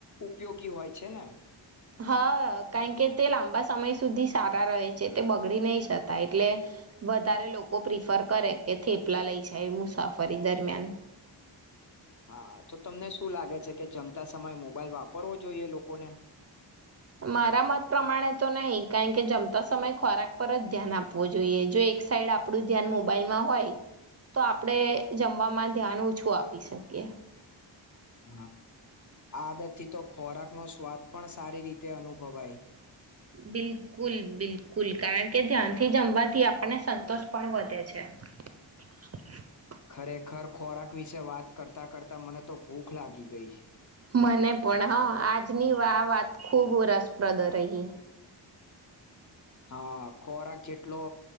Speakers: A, on the left; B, on the right.
A: ઉપયોગી હોય છે ને
B: હા કારણ કે તે લાંબા સમય સુધી સારા રહે છે તે બગડી નહી જતા એટલે વધારે લોકો પ્રિફર કરે કે થેપલા લઈ જાય મુસાફરી દરમિયાન
A: હા તો તમને શું લાગે છે કે જમતા સમયે મોબાઈલ વાપરવો જોઈએ લોકોને
B: મારા મત પ્રમાણે તો નહી કારણ કે જમતા સમય ખોરાક પર જ ધ્યાન આપવું જોઈએ જો એક સાઈડ આપણું ધ્યાન મોબાઈલમાં હોય તો આપણેે જમવામાં ધ્યાન ઓછું આપી શકીએ.
A: હા આદતથી તો ખોરાકનો સ્વાદ પણ સારી રીતે અનુભવાય
B: બિલકુલ બિલકુલ કારણ કે ધ્યાનથી જમવાથી આપણને સંતોષ પણ વધે છે. <inaudible>
A: ખરેખર ખોરાક વિશે વાત કરતા કરતા મને તો ભૂખ લાગી ગઈ
B: મને પણ હ આજની વા આ વાત ખૂબ રસપ્રદ રહી
A: હા ખોરાક જેટલો